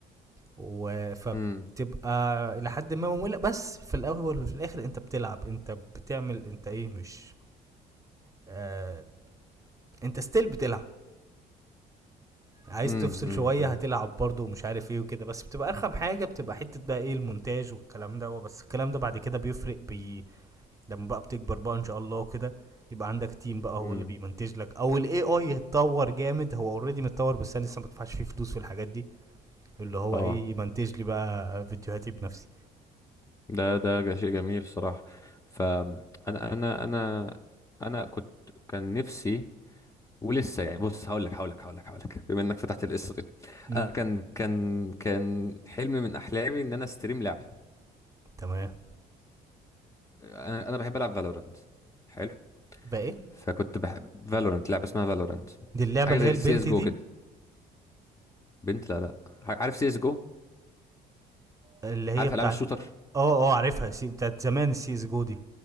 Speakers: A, on the right (about 20°); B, on the left (about 20°).
A: وفبتبقى
B: امم
A: الى حد ما ممله بس في الاول وفي الاخر انت بتلعب انت بتعمل انت ايه مش آه انت ستيل بتلعب عايز
B: امم
A: تفصل
B: امم
A: شويه
B: امم
A: هتلعب برضه ومش عارف ايه وكده بس بتبقى ارخم حاجه بتبقى حته بقى ايه المونتاج والكلام ده بس الكلام ده بعد كده بيفرق بي... لما بقى بتكبر بقى ان شاء الله وكده يبقى عندك تيم بقى هو
B: أمم.
A: اللي بيمنتج لك او الاي اي يتطور جامد هو اوريدي متطور بس انا لسه ما بدفعش فيه فلوس في الحاجات دي اللي هو
B: اه
A: ايه يمنتج لي بقى فيديوهاتي بنفسي
B: ده ده جا- شيء جميل صراحه فانا انا انا انا كنت كان نفسي ولسه يعني بص هقول لك هقول لك هقول لك هقول لك بما انك فتحت القصه دي
A: امم
B: انا كان كان كان حلم من احلامي ان انا استريم لعبه
A: تمام
B: انا انا بحب العب فالورانت حلو
A: بقى ايه
B: فكنت بحب فالورانت لعبه اسمها فالورانت
A: دي اللعبه
B: حاجه
A: اللي
B: زي
A: هي البنت
B: سي اس جو
A: دي
B: كده بنت لا لا عارف سي اس جو
A: اللي هي
B: عارف
A: بتاعت
B: العاب الشوتر
A: اه اه عارفها سي... بتاعت زمان السي اس جو دي